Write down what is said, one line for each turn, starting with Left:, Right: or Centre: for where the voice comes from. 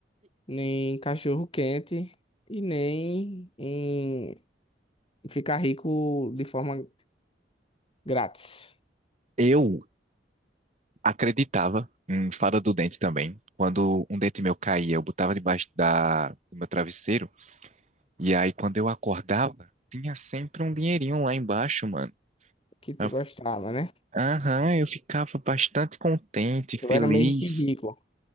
Left: nem em cachorro quente e nem em ficar rico de forma grátis,
Right: eu Acreditava em fada do dente também. Quando um dente meu caía, eu botava debaixo da, do meu travesseiro. E aí, quando eu acordava, tinha sempre um dinheirinho lá embaixo, mano.
Left: que tu
Right: Eu-
Left: gostava, né?
Right: Aham, eu ficava bastante contente, feliz.
Left: Tu era meio que rico,